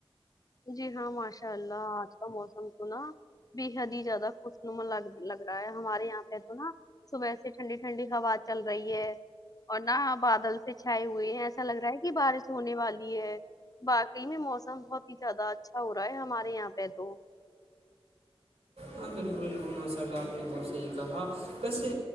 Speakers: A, on the left (about 40°); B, on the right (about 90°).
A: جی ہاں ماشاء اللہ آج کا موسم سنا بے حد ہی زیادہ خوش نما ل لگ رہا ہے ہمارے یہاں پہ تو نا صبح سے ٹھنڈی ٹھنڈی ہوا چل رہی ہے اور نہ بادل سے چھائے ہوئے ہیں ایسا لگ رہا ہے کہ بارش ہونے والی ہے باقی میں موسم بہت ہی زیادہ اچھا ہو رہا ہے ہمارے یہاں پہ تو
B: ہاں بالکل بالکل ماشاء اللہ آپ نے بہت صحیح کہا ویسے